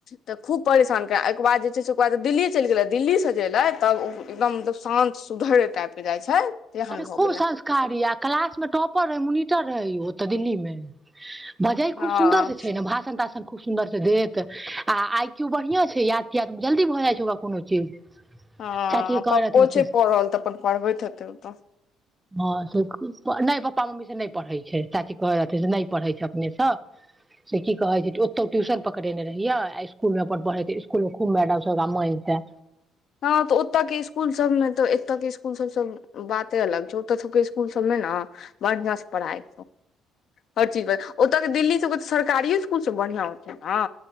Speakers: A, on the left (about 60°); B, on the right (about 15°).
A: तऽ खूब परेशान कर ओके बाद जे छै से ओकर बाद दिल्ली चलि गेले दिल्ली से जे ले तब ओ एकदम मतलब शान्त सुधर टाइप के जाइ छै तेहन
B: अरे
A: भऽ
B: खूब
A: गेलै
B: संस्कारी आ क्लासमे टॉपर रहै मुनि- -टर रहै ओ ओतऽ दिल्लीमे बजै
A: हँ
B: खूब सुन्दर स छै ने भाषण ताषण तऽ खूब सुन्दरसँ देत आ आईक्यू बढ़ियाँ छै याद तियाद जल्दी भऽ जाइ छै ओकरा कोनो चीज
A: हाँ
B: चाची कहै
A: पप्पो
B: रहथिन कि
A: छै पढ़ल तऽ अपन पढ़बैत हेतै ओतऽ
B: हाँ से-नहि पपा मम्मी से नहि पढ़ै छै चाची कहैत रहथिन से नहि पढ़ैत छै अपनेसँ से की कहै छै ओतहु ट्यूशन पकड़ेने रहियै आ इस्कूलमे अपन पढ़े छै इस्कूलमे खूब मैडमसभ ओकरा मैनताऽ
A: हँ तऽ ओतऽ के स्कूल सबमे तऽ एत्तेके स्कू- -स्कूल सब सब बाते अलग छै ओत सबके स्कूल सबमे नऽ बढ़ियाँ से पढ़ाई हर चीजमे ओतके दिल्ली सबके सरकारीए स्कूल सब बढ़ियाँ होतै नऽ